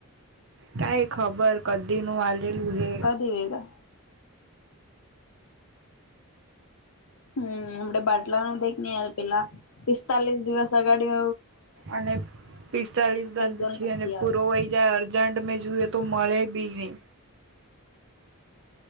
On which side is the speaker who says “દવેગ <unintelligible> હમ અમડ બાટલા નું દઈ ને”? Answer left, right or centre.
Left